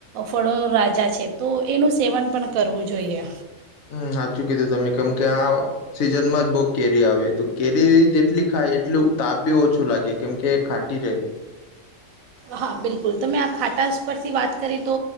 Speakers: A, on the right; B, on the left.
A: ફળોનો રાજા છે તો એનું સેવન પણ કરવું જોઈએ.
B: હમ સાચું કીધું તમે કેમકે આ સીઝનમાં જ બહ કેરી આવે તો કેરી જેટલી ખાય એટલું તાપ બી ઓછું લાગે કેમકે એ ખાટી રહેે.
A: હા બિલકુલ તમે આ ખાટાસ પરથી વાત કરી તો